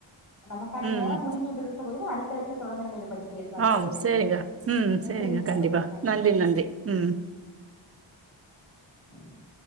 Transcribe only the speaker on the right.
ம்
ஆ
செரிங்க ம்
செரிங்க கண்டிப்பா
நன்றி நன்றி ம் <inaudible>